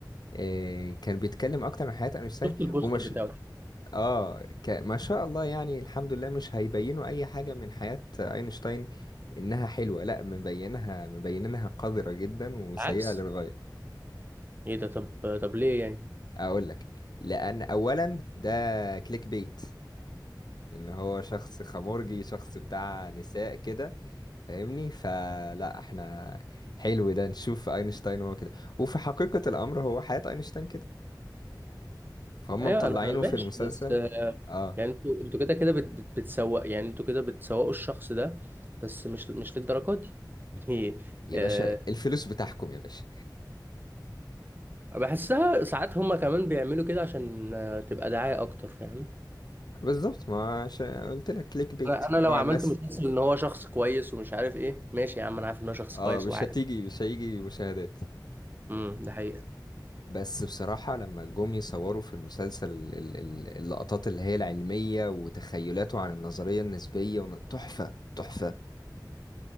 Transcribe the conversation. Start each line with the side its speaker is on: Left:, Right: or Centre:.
Left: آه، كان بيتكلم اكتر عن حياة اينشتاين
Right: شفت البوستر
Left: ومش
Right: بتاعه
Left: اه ك... ما شاء الله يعني الحمد لله مش هيبينوا اي حاجة من حياة اينشتاين انها حلوة لا مبينها مبينينها قذرة جدا وسيئة
Right: عكس
Left: للغاية
Right: ايه ده طب طب ليه يعني
Left: اقول لك لان اولا ده كليك بيت ان هو شخص خمورجي شخص بتاع نساء كده فاهمني فلا احنا حلو ده نشوف اينشتاين هو كده وفي حقيقة الامر هو حياة اينشتاين كده فهم
Right: ايوه
Left: مطلعينه
Right: انا
Left: في
Right: ماشي
Left: المسلسل
Right: بس آه،
Left: اه
Right: يعني انتوا انتوا كده كده بت- بت- بتسوق يعني انتوا كده بتسوقوا الشخص ده بس مش مش للدرجه دي <laughs> يعني
Left: يا
Right: آه،
Left: باشا الفلوس بتاعكم يا باشا
Right: بحسها ساعات هما كمان بيعملوا كده عشان آه، تبقى دعاية اكتر فاهم
Left: بالظبط ما عش... قلت لك كليك بيت
Right: انا
Left: اللي
Right: أنا لو
Left: هو
Right: عملت
Left: الناس
Right: مسلسل ان هو شخص كويس ومش عارف ايه ماشي يا عم انا عارف ان هو شخص
Left: اه
Right: كويس
Left: مش
Right: وعارف
Left: هتيجي مش هيجي مشاهدات
Right: امم ده حقيقة
Left: بس بصراحة لما جم يصوروا في المسلسل ال- ال- ال- اللقطات اللي هي العلمية وتخيلاته عن النظرية النسبية ون- تحفة تحفة